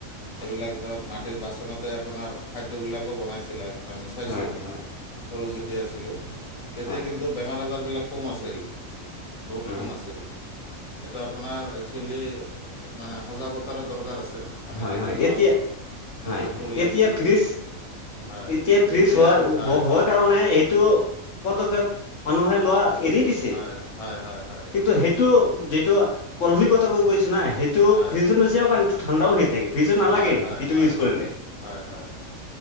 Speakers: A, on the left; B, on the left.
A: এইবিলাক ধৰক মাটিৰ বাচনতে আপোনাৰ খাদ্যবিলাকো বনাইছিল আৰু আমি চাইছোঁ
B: হয় হয়
A: সৰু যেতিয়া আছিলোঁ তেতিয়া
B: হয়
A: কিন্তু। বেমাৰ আজাৰবিলাক কম আছিল বহুত
B: হয়
A: কম আছিল। এইটো আপোনাৰ একচুৱেলি মানে সজাগতাৰ দৰকাৰ আছে। আমি
B: হয়
A: যদি
B: হয়
A: ধৰক
B: এতিয়া
A: নিজৰ
B: হয় হয়
A: পৰিয়ালটো
B: এতিয়া
A: যদি
B: ফ্ৰিজ
A: হয়।
B: এতিয়া ফ্ৰিজ
A: এতিয়া
B: হোৱা
A: হয়
B: হোৱাৰ
A: হয়
B: কাৰণে
A: হয়
B: এইটো পদক্ষেপ মানুহে লোৱা। এৰি দিছে
A: হয় হয় হয় হয়
B: কিন্তু সেই। টো যিটো কলহি কত কৈ কৈছো না সেইটো
A: হয়
B: ফ্ৰিজ নচ পানীতটো ঠাণ্ডাও হৈ থাকে। ফিজো নালাগে
A: হয় হয়
B: সেইটো
A: হয়
B: ইউজ
A: হয়
B: কৰিলে।
A: হয় হয়।